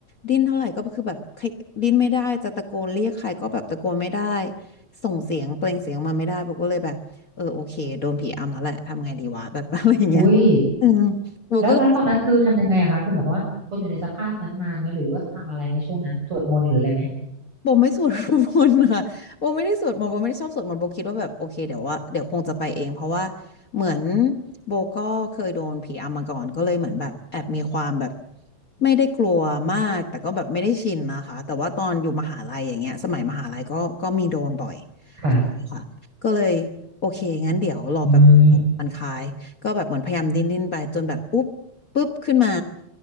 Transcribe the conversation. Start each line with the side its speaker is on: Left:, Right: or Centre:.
Left: ดิ้นเท่าไหร่ก็คือแบบขยดิ้นไม่ได้จะตะโกนเรียกใครก็แบบตะโกนไม่ได้ส่งเสียงเปล่งเสียงออกมาไม่ได้โบก็เลยแบบ เออโอเคโดนผีอำแล้วแหละทำไงดีวะแบบ <laughs> อะไรอย่างเงี้ย
Right: อุ้ย
Left: อืมโบก็เลย
Right: แล้วแล้วตอนนั้นคือทำยังไงอะคะคือหมายความว่าทนอยู่ในสภาพนั้นนานไหมหรือว่าทำอะไรไหมช่วงนั้นสวดมนต์หรืออะไรไหม
Left: โบไม่สวดมนต์ค่ะ <laughs> โบไม่ได้สวดมนต์โบไม่ได้ชอบสวดมนต์โบคิดว่าแบบโอเคเดี๋ยวว่าเดี๋ยวคงจะไปเองเพราะว่าเหมือนโบก็เคยโดนผีอำมาก่อนก็เลยเหมือนแบบแอบมีความแบบไม่ได้กลัวมากแต่ก็แบบไม่ได้ชินนะคะแต่ว่าตอนอยู่มหาลัยอย่างเงี้ยสมัยมหาลัยก็ก็มีโดนบ่อย
Right: ค่ะ
Left: ค่ะก็เลยโอเคงั้นเดี๋ยวรอแบบ
Right: อืม
Left: มันคลายก็แบบเหมือนพยายามดิ้นดิ้นไปจนแบบอุ๊บปุ๊บขึ้นมา